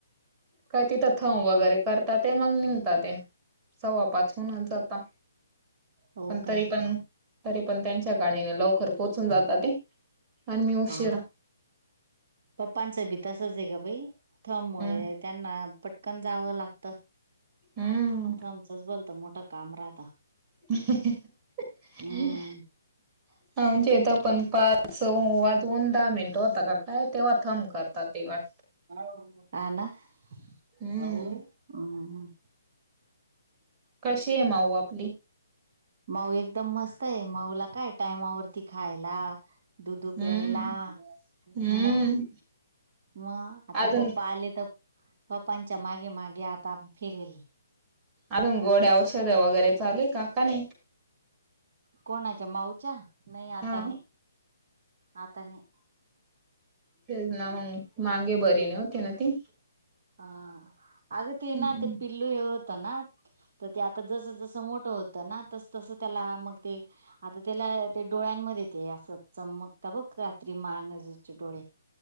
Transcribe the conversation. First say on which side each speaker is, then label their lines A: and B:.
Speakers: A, on the right (about 20°); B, on the right (about 55°).
A: काय तिथं थंब वगैरे करताते. मग निघतात ते. सव्वा पाच हूनच जाता.
B: हो
A: पण
B: का
A: तरी पण, तरी पण त्यांच्या गाडीने लवकर पोचून जाता ते. आणि मी उशिरा
B: हा, पप्पांचं बी तसंचे ग बाई. थंब मुळे
A: हम्म
B: त्यांना पटकन जावं लागत.
A: हम्म
B: थंबचच भलत मोठ काम राहत.
A: <inaudible>
B: हम्म
A: आमच्या इथं पण पाच स वाजून दहा मिनटं होताका काय तेव्हा थम करतात. ते वाट
B: हा ना?
A: हम्म
B: हम्म.
A: कशीये माऊ आपली?
B: माऊ एकदम मस्तये, माऊला काय टायमावरती खायला. दुधू
A: हम्म
B: प्यायला.
A: हम्म
B: म. म
A: अजून
B: आता पप्पा आले तर पप्पांच्या मागे मागे आता फिरेल.
A: अजून गोड्या औषधं वगैरे चालूय का? का नाही?
B: कोणाच्या माऊच्या? नाही आता
A: हा
B: नाही. आता नाही..
A: तेच ना मंग. मांगे बरी नव्हती ना ती.
B: हा अग ती ना.
A: हम्म
B: ते पिल्लू हे होत ना. ते आता जसं जसं मोठं होतं ना. तसं तसं त्याला मग ते आता त्याला ते डोळ्यांमध्ये ते असं चमकता बघ रात्री मांगजेचे डोळे.